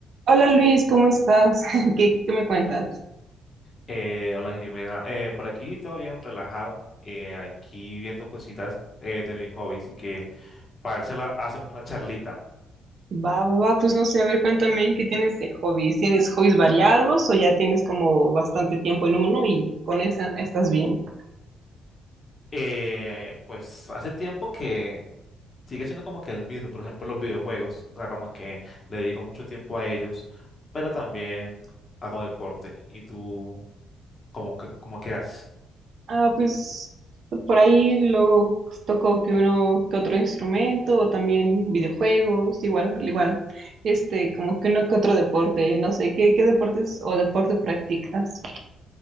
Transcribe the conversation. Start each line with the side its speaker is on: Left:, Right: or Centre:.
Right: Hola Luis, ¿cómo estás? <laughs> ¿Qué, qué me cuentas?
Left: Eh, hola Jimena, Eh, por aquí todo bien relajado, eh, aquí viendo cositas eh, de mis hobbies y que para ver si la- hacemos una charlita.
Right: Va, va, va, pues no sé, a ver, cuéntame, ¿qué tienes de hobbies? ¿Tienes hobbies variados o ya tienes como bastante tiempo en uno y con esa estás bien?
Left: Eh, pues hace tiempo que sigue siendo como que el mismo, por ejemplo los videojuegos, o sea, como que le dedico mucho tiempo a ellos, pero también hago deporte. ¿Y tú cómo, que- cómo que haces?
Right: Ah, pues por ahí luego pues toco que uno que otro instrumento o también videojuegos, igual, igual, este, como que uno que otro deporte, no sé, ¿qué, qué deportes o deporte practicas?